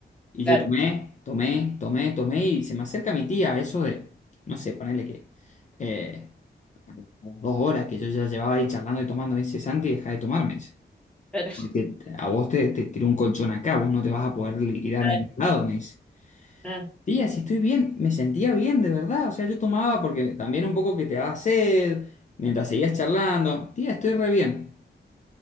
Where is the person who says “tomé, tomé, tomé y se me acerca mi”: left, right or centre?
Left